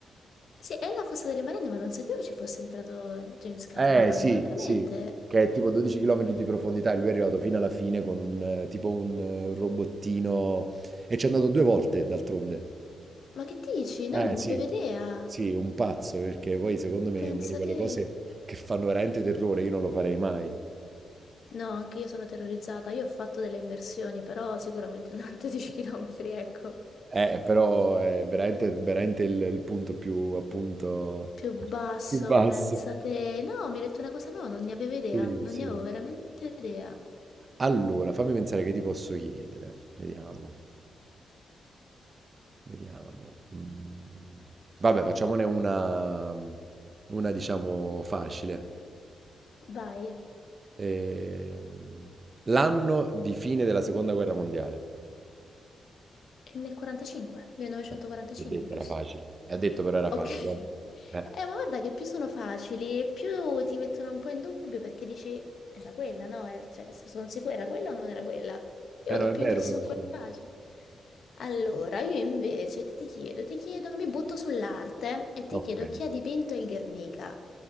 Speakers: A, on the left; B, on the right.
A: Sì, è la fossa delle Marianne, ma non sapevo ci fosse entrato James Cameron,
B: Eh sì,
A: ma veramente?
B: sì, che è tipo 12 km di profondità e lui è arrivato fino alla fine con un eh, tipo un eh, robottino e ci è andato due volte d'altronde.
A: Ma che dici?
B: Eh
A: No, non ne
B: sì,
A: avevo idea.
B: sì, un pazzo perché poi secondo me
A: Pensa
B: è una di quelle
A: te.
B: cose che fanno veramente terrore, io non lo farei mai.
A: No, anche io sono terrorizzata. Io ho fatto delle immersioni, però sicuramente non <laughs> 12 km, ecco.
B: Eh, però è veramente, veramente il, il punto più appunto
A: Più basso,
B: più basso.
A: pensate. No, mi hai detto una cosa nuova, non ne avevo idea,
B: Sì,
A: non
B: sì.
A: ne avevo veramente idea.
B: Allora, fammi pensare che ti posso chiedere. Vediamo, vediamo. Mm. Vabbè, facciamone una, una diciamo facile.
A: Vai,
B: Ehm, L'anno di fine della seconda guerra mondiale.
A: nel 45, 1945,
B: Eh, L'ho detto,
A: giusto?
B: era facile. Ha detto però era
A: Ok.
B: facile.
A: <laughs>
B: Eh, eh
A: Eh, ma guarda che più sono facili, più ti mettono un po' in dubbio perché dici, era quella, no? Era- Cioè, se sono sicura era quella o non era quella? Io
B: Eh
A: vado
B: no, è
A: più
B: vero
A: in crisi
B: però,
A: su quel
B: sì.
A: facile. Allora, io invece ti chiedo, ti chiedo, mi butto sull'arte e ti
B: Ok.
A: chiedo chi ha dipinto il Guernica?